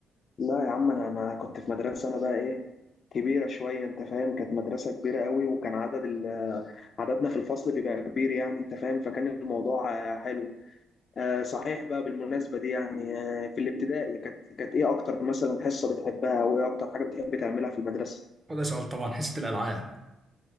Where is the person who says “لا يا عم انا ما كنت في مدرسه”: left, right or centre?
Left